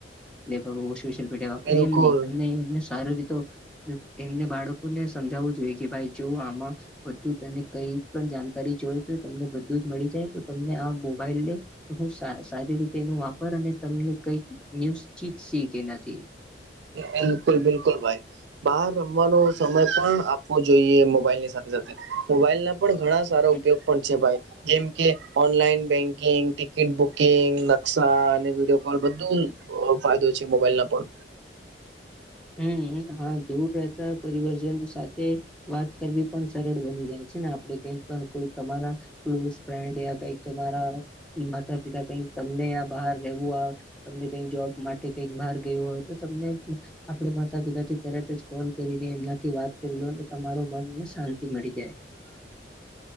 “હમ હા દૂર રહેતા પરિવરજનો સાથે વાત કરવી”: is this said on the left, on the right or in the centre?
Centre